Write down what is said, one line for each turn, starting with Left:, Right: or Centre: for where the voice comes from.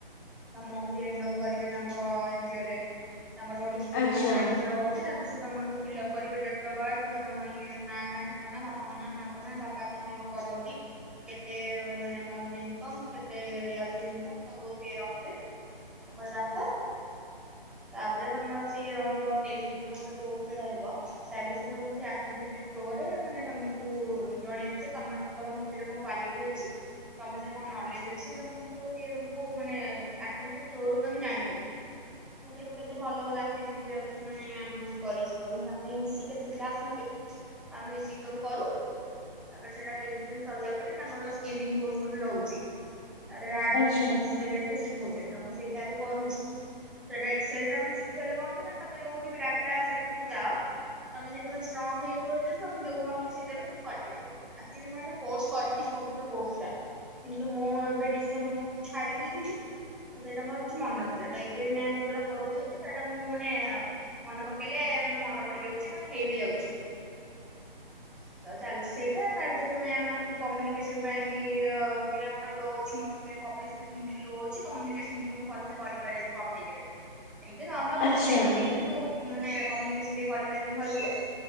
Centre: ତମକୁ ସେ ଏନରୋଲ କରିବେ ତାଙ୍କ ଏନଜିଓ ରେ ତାଙ୍କର ଗୋଟେ ଗୁଗୁଲ
Left: ଆଚ୍ଛା
Centre: ଫର୍ମ ଟାଇପର ରହୁଛି। ତା ଦରେ ତମେ ସବୁ ଫିଲ୍ଅପ୍ କରିବ ଡେଟ୍ଅଫବାର୍ଥ ତମ ଇଏ ନାଁ ଗାଁ ଠିକଣା ବାପାଙ୍କ ନା ମା ଙ୍କନା ବାପା କଣ କରନ୍ତି କେତେ ମାନେ ମନ୍ଥ ଇନକମ୍ କେତେ ଇୟଲି ଇନ୍କମ ସବୁ ସେ ରଖିବେ। ଆମର ଡାଟା ତାପରେ ତମର ସିଏ ରହିବ ତେଇଶି ଦିନ ଗୋଟେ କୋର୍ସରେ ରହିବ ତା ଭିତରେ ତମକୁ ସେ ଆକ୍ଟିଭିଟି ଥ୍ରୋରେ ମାନେ ତମକୁ ଜଣେଇବେ ଯେ ତମ ତମ ଭିତରେ କଣ କ୍ୟାଲିଟି ଅଛି। ତମ ଭିତରେ କଣ ନଲେଜ ଅଛି। ମାନେ ତମ ସବୁ ସିଏ ତମକୁ ମାନେ ଆକ୍ଟିବେଟ୍ ଥ୍ରୋରୁ ତମେ ଜାଣିପାରିବ। ତାପରେ କେତେ ଭଲ ଭଲ ଆକ୍ଟିଭିଟି ବି ଅଛି। ମାନେ ଆମେ ଆମେ କରିଛୁ ଆମେ ମିଶିକି କେତେ ପିଲା ଆସନ୍ତି। ଆମେ ମିଶିକି ସବୁ କରୁ। ତାପରେ ସେଇଟା ତେଇଶ ଦିନ ସରିଲା ପରେ ତାଙ୍କର ସ୍କଲିଙ୍ଗ ଗ ବୋର୍ଡସ ଗୋଟେ ରହୁଛି। ତା ଦେହରେ ଆଡଭାନ୍ସର
Left: ଆଚ୍ଛା
Centre: ଶିଖଉଛନ୍ତି ତ ମୁଁ ସେଇଟା ଏବେ କରୁଛି। ସେଇଟା ଏକ୍ସଲ ଟା ମାନେ ଶିଖିଗଲେ କଣ କି ମାନେ ତମେ ଯୋଉଠି ଡାଟା ସେକ୍ଟର କୁା ଯାଅ ତମେ ଯେତେବେଳେ ଷ୍ଟ୍ରଙ୍ଗ ହେଇ ଯାଇଥିବ ଯେ ତମକୁ ଯୋଉ କାମ ସିଏ ଦେବେ ତମ କରିବ। କରିବ। ଆଚ୍ୟୁଲି ମୁଁ ଏଇଟା କ୍ରୋସ୍ କରିଥିଲି କମ୍ପ୍ୟୁଟର କ୍ରୋସ୍ ଟା କିନ୍ତୁ ମୁଁ ଏବେ ଡିସେମ୍ବର ମାସ ଛାଡି ଦେଇଥିଲି। ତ ସେଇଟା ମୋର କିଛି ମନ ନଥିଲା। ତ ଏବେ ମ୍ୟାମ୍ ଯୋଉଟା ପଢଉଛନ୍ତି ସେଇଟା ମୁଁ ମାନେ ମନେ ପକେଇଲେ ମନେ ପଡିଯାଉଛି। ମାନେ ହେଇ ବିି ଯାଉଛି। ତ ଚାଲିଛି- ସେଇଟା ତା ଭିତରେ ମ୍ୟାମ୍ ଆମକୁ କମ୍ୟୁନିକେସନ ପାଇଁ ବି ଟିକେ ଆମର ଲୋ ଅଛି ମୋର ଟିକେ ପବ୍ଲିକ୍ ହିନ୍ଦୀ ଲୋ ଅଛି, ତ କମ୍ୟୁନିକ୍ସନ ଟିକେ ମୁଁ ଭଲସେ କରି ପାରେନି ପବ୍ଲିକ୍ ରେ। ଏମିତି ନର୍ମାଲ
Left: ଆଚ୍ଛା।
Centre: କଥା ହେଇଯିବି। କିନ୍ତୁ ମାନେ କମ୍ୟୁନିକେସନ ଟିକେ କରି ପାରେନି ଭଲସେ,